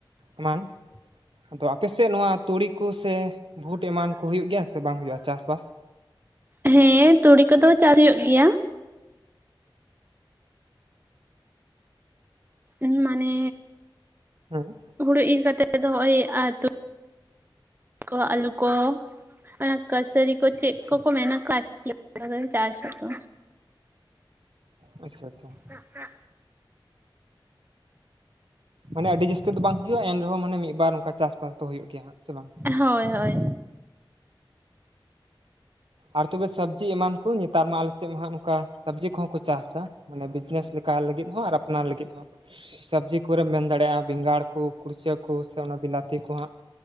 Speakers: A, on the right (about 80°); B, on the right (about 25°).
A: ᱮᱢᱟᱱ ᱫᱚ ᱟᱯᱮ ᱥᱮᱼᱼ ᱥᱮ ᱱᱚᱣᱟ ᱛᱩᱲᱤ ᱠᱚ ᱥᱮ ᱵᱷᱩᱴ ᱮᱢᱟᱱ ᱠᱚ ᱦᱩᱭᱩᱜ ᱜᱮᱭᱟ ᱥᱮ ᱵᱟᱝ ᱦᱩᱭᱩᱜᱼᱟ ᱪᱟᱥ ᱵᱟᱥ?
B: ᱦᱮᱸ ᱛᱩᱲᱤ ᱠᱚᱫᱚ ᱪᱟᱥ ᱦᱩᱭᱩᱜ ᱜᱮᱭᱟ᱾ ᱩ ᱢᱟᱱᱮᱼᱼ
A: ᱦᱩᱸ
B: ᱦᱩᱲᱩ ᱤᱨ ᱠᱟᱛᱮᱮᱫ ᱫᱚ ᱱᱚᱭ ᱟᱛᱚᱼᱼ ᱠᱚ ᱟᱹᱞᱩ ᱠᱚ ᱮ ᱠᱟᱹᱥᱟᱹᱨᱤ ᱠᱚ ᱪᱮᱫ
A: ᱟᱪᱪᱷᱟ
B: ᱠᱚᱠᱚ ᱢᱮᱱᱟ ᱠᱟᱼᱼ ᱪᱟᱥ ᱟᱠᱚ
A: ᱟᱪᱪᱷᱟ ᱟᱪᱪᱷᱟ᱾
B: ᱦ <inaudible>
A: ᱢᱟᱱᱮ ᱟᱹᱰᱤ ᱡᱟᱹᱥᱛᱤ ᱫᱚ ᱵᱟᱝ ᱦᱩᱭᱩᱜᱼᱟ ᱮᱱ ᱨᱮᱦᱚᱸ ᱢᱟᱱᱮ ᱢᱤᱫ ᱵᱟᱨ ᱚᱱᱠᱟ ᱪᱟᱥᱵᱟᱥ ᱫᱚ ᱦᱩᱭᱩᱜ ᱜᱮᱭᱟ ᱥᱮᱼᱵᱟᱝ?
B: ᱦᱳᱭ ᱦᱳᱭ
A: ᱟᱨ ᱛᱚᱵᱮ ᱥᱚᱵᱽᱡᱤ ᱮᱢᱟᱱ ᱠᱚ ᱱᱮᱛᱟᱨ ᱢᱟ ᱟᱞᱮᱥᱮᱫ ᱢᱟ ᱦᱟᱜ ᱱᱚᱝᱠᱟ ᱥᱚᱵᱽᱡᱤ ᱠᱚᱦᱚᱸ ᱠᱚ ᱪᱟᱥ ᱮᱫᱟ ᱢᱟᱱᱮ ᱵᱤᱡᱽᱱᱮᱥ ᱞᱮᱠᱟ ᱞᱟᱹᱜᱤᱫ ᱦᱚᱸ ᱟᱨ ᱟᱯᱱᱟᱨ ᱞᱟᱹᱜᱤᱫ ᱦᱚᱸ ᱥᱚᱵᱽᱡᱤ ᱠᱚᱨᱮᱢ ᱢᱮᱱ ᱫᱟᱲᱮᱭᱟᱜᱼᱟ ᱵᱮᱸᱜᱟᱲ ᱠᱚ ᱠᱩᱲᱪᱟᱹ ᱠᱚ ᱥᱮ ᱚᱱᱟ ᱵᱤᱞᱟᱛᱤ ᱠᱚ ᱦᱟᱸᱜ,